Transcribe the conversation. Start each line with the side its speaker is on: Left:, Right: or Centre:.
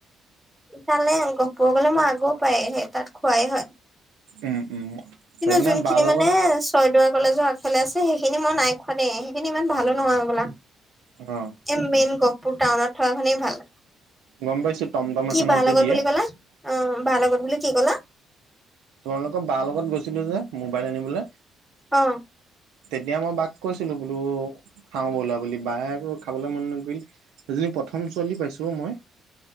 Centre: ফালে গহপুৰ গলে মই আকৌ পায়হে তাত খোৱাই হয়।
Right: উম উম
Centre: কিন্তু
Right: সেইদিনা
Centre: যোনখিনি
Right: বাৰ লগত
Centre: মানে চয়দুৱাৰ কলেজৰ আগফালে আছে সেইখিনি মই নাই খোৱা দেই সেইখিনি ইমান ভালো নহয় হবলা।
Right: অ
Centre: এ মেইন গহপুৰ টাউনত থকাখনেই ভাল,
Right: গম পাইছো টমটম এখনত
Centre: কি বা
Right: যে
Centre: লগত
Right: দিয়ে
Centre: বুলি কলা। অ বা লগত বুলি কি কলা?
Right: তোমালোকৰ বাৰ লগত গৈছিলো যে মোবাইল আনিবলৈ।
Centre: অ
Right: তেতিয়া মই বাক কৈছিলো বোলো খাওঁ বলা বুলি বায়েকো খাবলৈ মন নকৰিল। সেইজনী প্ৰথম ছোৱালী পাইছো মই,